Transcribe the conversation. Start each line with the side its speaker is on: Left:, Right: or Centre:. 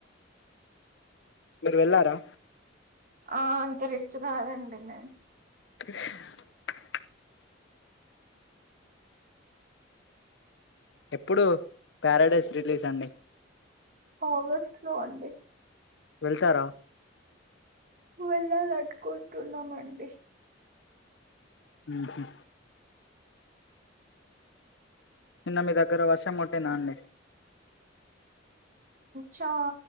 Left: మీరు వెళ్ళారా
Right: ఆ అంత రిచ్ కాదండి నేను
Left: <inaudible> ఎప్పుడు ప్యారాడైస్ రిలీజ్ అండి
Right: ఆగస్ట్ లో అండి
Left: వెళ్తారా
Right: వెళ్లాలనుకుంటున్నామండి.
Left: ఉహు నిన్న మీ దగ్గర వర్షం కొట్టిందా అండి
Right: చా